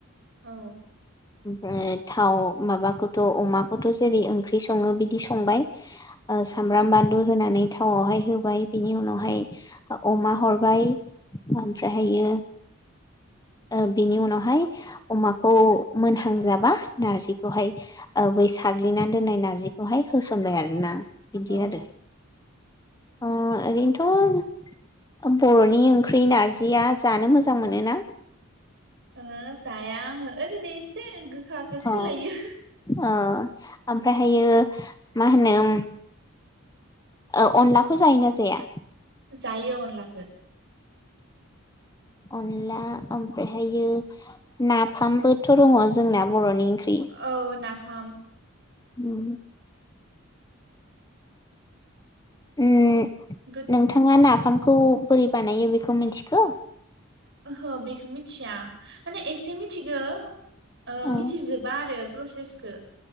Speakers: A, on the right; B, on the left.
A: औ
B: ओमफ्राय थाव माबाखौथ' अमाखौथ' जेरै ओंख्रि सङो बिदि संबाय ओ सामब्राम
A: उम
B: बानलु होनानै थावावहाय होबाय बिनि उनावहाय अमा हरबाय ओमफ्रायहायो ओ बिनि उनावहाय अमाखौ मोनहांजाबा नारजि बे खौहाय ओ बै साग्लिनानै दोननाय नारजिखौहाय होसनबाय आरो ना बिदि
A: औ
B: आरो ओ ओरैनोथ' बर'नि ओंख्रि नारजिया जानो मोजां मोनोना
A: ओ जाया आङो ओरैनो इसे गो गोखाखौ
B: अ
A: सोलायो
B: ओ ओमफ्रायहायो मा होनो उम ओ अनलाखौ जायोना जाया?
A: जायो अनलाखो
B: अनला ओमफ्रायहायो नाफामबोथ' दङ जोंना बर'नि ओंख्रि
A: औ ना फाम
B: उम उम
A: गोद
B: नोंथाङा नाफाम खौ बोरै बानायो बेखौ मिथिगौ
A: ओहो बेखौ मिथिया माने एसे मिथिगो ओ
B: औ
A: मिथिजोबा आरो प्रसेसखो